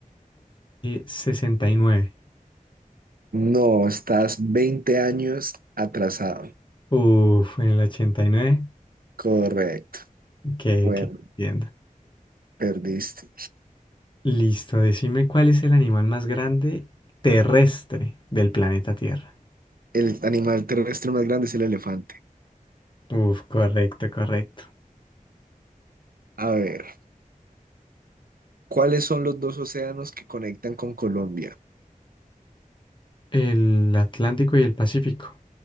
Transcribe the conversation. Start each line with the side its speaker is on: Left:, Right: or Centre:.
Left: 1969.
Right: No, estás 20 años atrasado.
Left: Uf, en el ochenta y nueve
Right: Correcto.
Left: Que,
Right: Bueno,
Left: que entiendo.
Right: perdiste.
Left: Listo, decime cuál es el animal más grande terrestre del planeta Tierra.
Right: El animal terrestre más grande es el elefante.
Left: Uf, correcto, correcto.
Right: A ver, ¿cuáles son los dos océanos que conectan con Colombia?
Left: El Atlántico y el Pacífico.